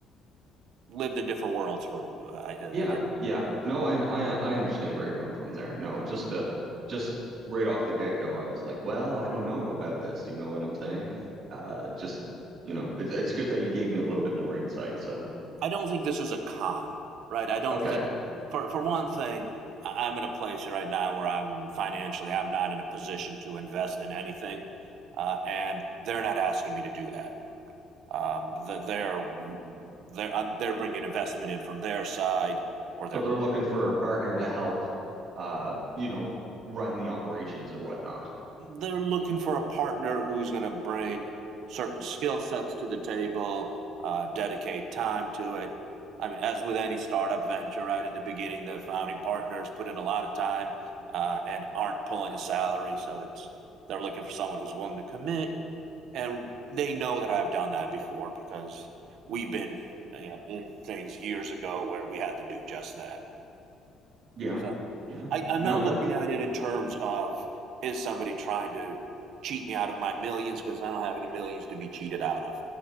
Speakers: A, on the right; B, on the right.
A: lived in different worlds for i,
B: yeah.
A: I guess
B: yeah. No, I I I understand where you're coming from there. No, just uh just right off the get-go, I was like, well, I don't know about this, you know what I'm saying? Uh just, you know, it's it's good that you gave me a little bit more insight. So
A: i don't think this is a con right i don't
B: okay.
A: think for for one thing I- am in a place right now where i'm financially i'm not in a position to invest in anything uh, and they're not asking me to do that um, they're they're, um, they're bringing investment in from their side or their
B: So they're looking for a partner to help uh, you know, run the operations or whatnot.
A: they're looking for a partner who's going to bring certain skill sets to the table, uh, dedicate time to it. I mean, as with any startup venture, right in the beginning, the founding partners put in a lot of time uh, and aren't pulling a salary, so it's they're looking for someone who's willing to commit, and they know that I've done that before because we've been you know, in things years ago where we had to do just that.
B: Yeah.
A: So.
B: Yeah.
A: I, I'm
B: No,
A: not
B: that's
A: looking at it in terms of is somebody trying to cheat me out of my millions because I don't have any millions to be cheated out of